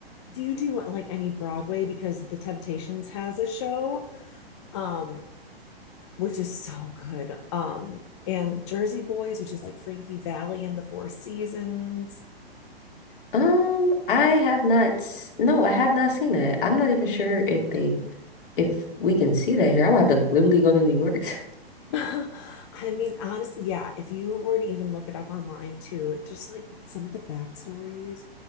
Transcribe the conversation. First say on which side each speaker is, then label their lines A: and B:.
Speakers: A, on the left; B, on the left.
A: do you do like any Broadway? Because The Temptations has a show, um, which is so good. Um, and Jersey Boys, which is like Frankie Valli and the Four Seasons.
B: Um, I have not s- no, I have not seen that. I'm not even sure if they if we can see that here. I would have to literally go to New York <laughs>
A: <laughs> I mean, honestly, yeah, if you were to even look it up online too, just like some of the backstories